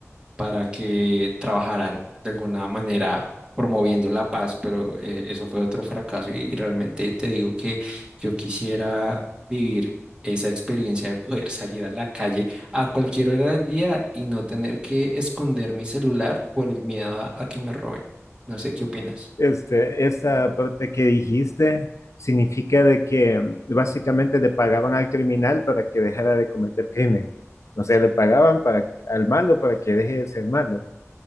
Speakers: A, on the right; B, on the left.
A: para que trabajaran de alguna manera promoviendo la paz, pero eh, eso fue otro fracaso y, y realmente te digo que yo quisiera vivir esa experiencia de poder salir a la calle a cualquier hora del día y no tener que esconder mi celular por el miedo a, a que me roben. No sé qué opinas.
B: Este, esa parte que dijiste significa de que básicamente le pagaban al criminal para que dejara de cometer crimen. O sea, le pagaban para, al malo para que deje de ser malo.